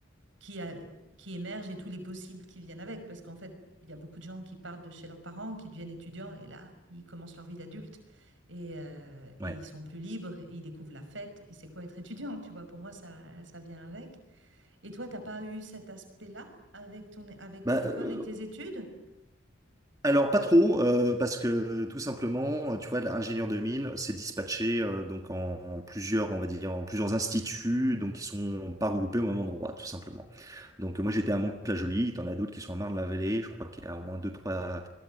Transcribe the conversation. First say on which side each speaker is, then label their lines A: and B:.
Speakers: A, on the right; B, on the right.
A: qui, a- qui émergent et tous les possibles qui viennent avec. Parce qu'en fait, il y a beaucoup de gens qui partent de chez leurs parents, qui deviennent étudiants, et là, ils commencent leur vie d'adulte. Et, euh, et
B: ouais.
A: ils sont plus libres et ils découvrent la fête. Et c'est quoi être étudiant, tu vois? Pour moi, ça, ça vient avec. Et toi, t'as pas eu cet aspect-là avec ton, avec ton
B: Bah,
A: école
B: euh,
A: et tes études?
B: alors, pas trop, euh, parce que tout simplement, euh, tu vois, l'ingénieur 2000, c'est dispatché euh, donc en, en plusieurs, on va dire, en plusieurs instituts, donc qui sont pas regroupés au même endroit, tout simplement. Donc, euh, moi, j'étais à Mantes-la-Jolie, t'en as d'autres qui sont à Marne-la-Vallée, je crois qu'il y a au moins deux, trois